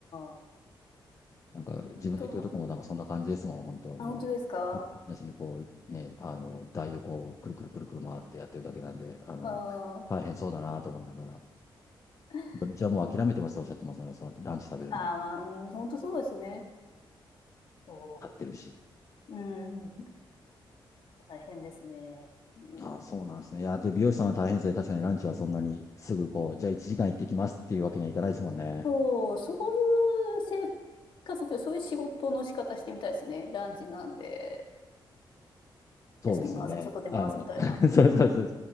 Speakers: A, on the left (about 65°); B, on the left (about 35°).
A: あ、
B: なんか自分の言ってるとこもなんかそんな感じですもん、
A: 本当は、うん。
B: 本当もう、
A: あ、本当ですか
B: いなしにこう、ね、あの、台をこう、くるくるくるくる回ってやってるだけなんで、
A: うん。
B: あの、
A: ああ、
B: 大変そうだなと思いながら、
A: <laughs>
B: 土日はもう諦めてますっておっしゃってますね、
A: そうか。
B: そのランチ食べるのは、
A: ああ、まあ、うん、本当そうですね。そ
B: 買ってるし。
A: う。うん、大変ですね。うん
B: ああ、そうなんですね。いや、で、美容師さんは大変ですね。確かにランチはそんなにすぐこう、じゃあ1時間行ってきますっていうわけにはいかないですもんね。
A: そう、そういう生活というか、そういう仕事の仕方してみたいですね。ランチなんで、
B: そうですよね。
A: 休みます、外出ますみたいな。
B: あの、<laughs> そうそうそう。